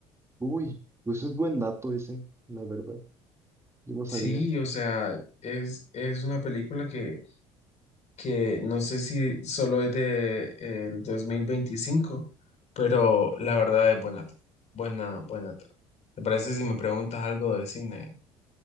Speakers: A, on the right; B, on the left.
A: Uy, pues es buen dato ese, la verdad. Yo no sabía.
B: Sí, o sea, es, es una película que que no sé si solo es de el dos mil veinticinco pero la verdad es buena, tra- buena, buena trama. ¿Te parece si me preguntas algo de cine?